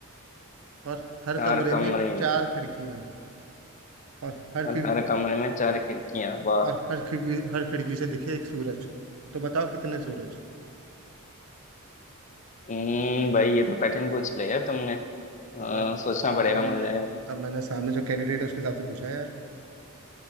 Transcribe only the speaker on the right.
और हर
कमरे
में चार खिड़कियां और हर
खिड़की
और हर खिड़की हर खिड़की से दिखे एक सूरज तो बताओ कितने सूरज
तो भाई
अब
मैंने अब मैंने सामने जो कैंडिडेट है उसके हिसाब से पूछा है यार